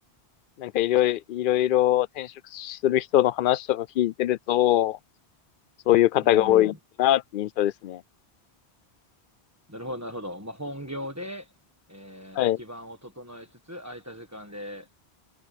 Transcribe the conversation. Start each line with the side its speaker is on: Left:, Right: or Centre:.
Left: なんかいろいろ、いろいろ転職する人の話とか聞いてると、そういう方が多いなって印象ですね。
Right: い、うん。なるほど、なるほど。まあ、本業で、えー基盤を整えつつ、
Left: はい。
Right: 空いた時間で